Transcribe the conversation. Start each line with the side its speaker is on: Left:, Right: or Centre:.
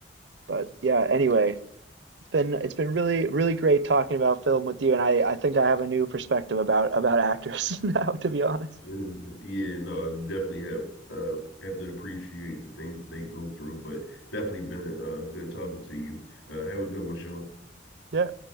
Right: But yeah, anyway, it's been it's been really really great talking about film with you, and I I think I have a new perspective about about actors <laughs> now, to be honest.
Left: And, yeah, no, you definitely have uh, have to appreciate the things that they go through, but definitely been uh, good talking to you. Uh, have a good one, Sean.
Right: Yeah.